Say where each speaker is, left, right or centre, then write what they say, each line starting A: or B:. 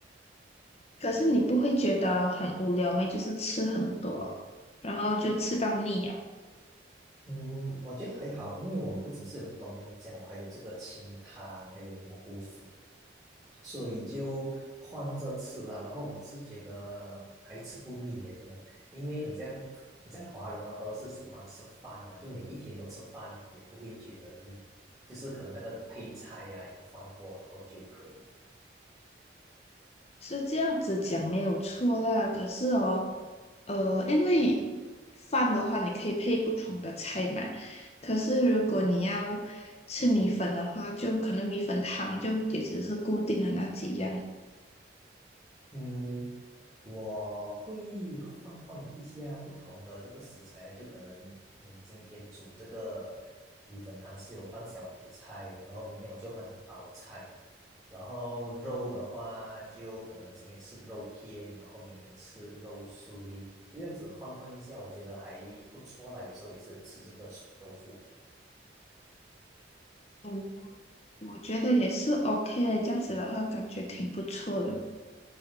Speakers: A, on the left; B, on the right.
A: 可是你不会觉得很无聊吗？就是吃很多，然后就吃到腻了，
B: 嗯，我觉得还好，因为我不只是有东阳酱，我还有这个清汤，还有蘑菇粉，所以就换着吃啊。然后我是觉得还吃不腻耶，真的，因为很像很像华人哦，都是喜欢吃饭的嘛，就每一天都吃饭，也不会觉得腻，就是可能那个配菜呀、有换过，然后就可以。
A: 是这样子讲没有错啦。可是哦，呃，因为饭的话你可以配不同的菜嘛，可是如果你要吃米粉的话，就可能米粉汤就也只是固定的那几样。
B: 嗯，我会换换一下不同的这个食材啊，就可能嗯，今天煮这个米粉汤是有放小白菜的，然后明天我就换成包菜，然后肉的话就可能今天吃肉片，然后明天吃肉碎，就这样子换换一下，我觉得还不错啦。有时候也是有吃这个水豆腐。
A: 嗯，我觉得也是 OK 的，这样子的话感觉挺不错的。